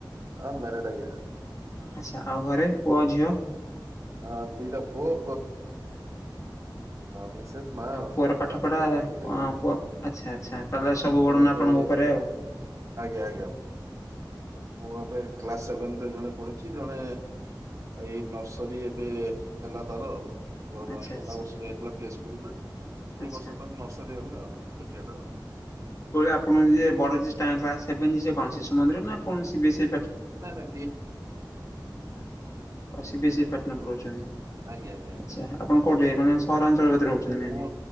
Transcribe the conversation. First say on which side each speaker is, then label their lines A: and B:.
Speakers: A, on the right (about 40°); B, on the left (about 40°).
A: ହଁ ମେରାଡ ଆଜ୍ଞା।
B: ଆଛା, ଆଉ ଘରେ ପୁଅ ଝିଅ?
A: ଆ ଦିଟା ପୁଅ, ମି ମା,
B: ପୁଅର ପାଠ
A: ବାପା
B: ପଢା
A: ଏସପଟ କରିଛୁ
B: କଣ ପୁଅ ଆଚ୍ଛା ଆଚ୍ଛା ତାହେଲେ
A: <unintelligible>
B: ସବୁ
A: ପୁଅ
B: ଓଢଣା
A: ଏବେ
B: ଆପଣଙ୍କ ଉପରେ ଆଉ
A: ଆଜ୍ଞା, ଆଜ୍ଞା, ପୁଅ ଏବେ କ୍ଲାସ ସେଭେନ ରେ ଜଣେ ପଢୁଛି, ଜଣେ ଏଇ ନର୍ସରୀ ଏବେ ହେଲା ତାର ଆଉ <unintelligible>
B: ଆଚ୍ଛା
A: ଗଲା
B: ଆଚ୍ଛା
A: ବର୍ଷ ଯାଇଥିଲା ପ୍ଲେ ସ୍କୁଲ ରେ, ଏଇ
B: ଆଚ୍ଛା।
A: ବର୍ଷ ତ ନର୍ସରୀ ହେଲେ ଆଉ ଛୋଆଟେ ଆଉ
B: ଆପଣ ଯିଏ ବଡଭେ <unintelligible> ଯ କଣ ଶିଶୁନ୍ଦିର ନା କଣ ସେ?
A: ନା ନା
B: ସିବସି ପାଟନା ପଢ଼ଉଛନ୍ତି,
A: ଆଜ୍ଞା ଆଜ୍ଞା ଆଜ୍ଞା
B: ଆଚ୍ଛା, ଆପଣ କୋଉଠି ମାନେ ସହରାଞ୍ଚଳରେ ରହୁଛନ୍ତି ମେ
A: ମୁଁ
B: ବି,